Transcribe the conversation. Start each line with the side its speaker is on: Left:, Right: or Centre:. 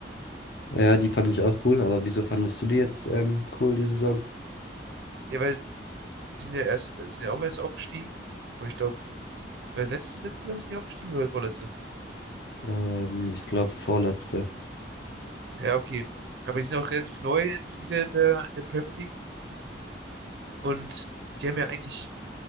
Left: Ja, die fand ich auch cool, aber wieso fandest du die jetzt ähm, cool, die Saison?
Right: Ja, weil die sind ja erst, äh, sind ja auch erst aufgestiegen. Aber ich glaube, letzte, letzte Saison sind die aufgestiegen oder vorletzte?
Left: Ähm, ich glaube vorletzte.
Right: Ja, okay. Aber die sind auch relativ neu jetzt wieder in der, in der Premier League. Und die haben ja eigentlich